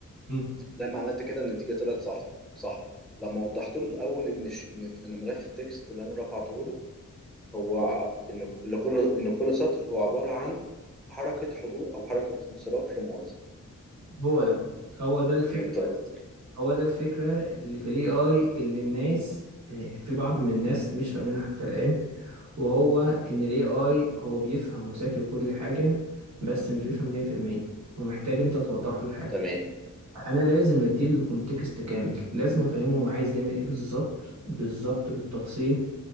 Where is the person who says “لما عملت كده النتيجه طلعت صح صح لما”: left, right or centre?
Centre